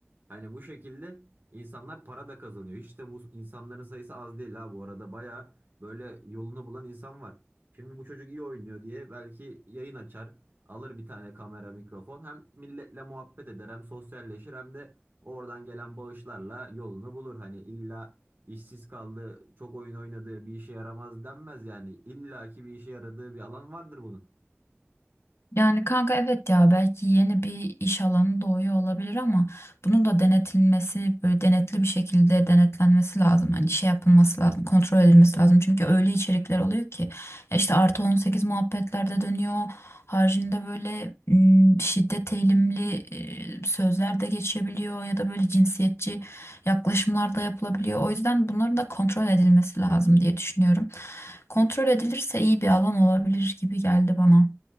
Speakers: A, on the right; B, on the left.
A: Hani bu şekilde insanlar para da kazanıyor. Hiç de bu insanların sayısı az değil ha bu arada baya böyle yolunu bulan insan var. Şimdi bu çocuk iyi oynuyor diye belki yayın açar alır bir tane kamera mikrofon hem milletle muhabbet eder hem sosyalleşir hem de Oradan gelen bağışlarla yolunu bulur. Hani illa işsiz kaldı, çok oyun oynadığı bir işe yaramaz denmez yani. İlla ki bir işe yaradığı bir alan vardır bunun.
B: Yani kanka evet ya belki yeni bir iş alanı doğuyor olabilir ama bunun da denetilmesi böyle denetli bir şekilde denetlenmesi lazım. Hani şey yapılması lazım kontrol edilmesi lazım. Çünkü öyle içerikler oluyor ki ya işte artı 18 muhabbetlerde dönüyor. Haricinde böyle m, şiddet eğilimli e, sözler de geçebiliyor ya da böyle cinsiyetçi yaklaşımlar da yapılabiliyor. O yüzden bunların da kontrol edilmesi lazım diye düşünüyorum. Kontrol edilirse iyi bir alan olabilir gibi geldi bana.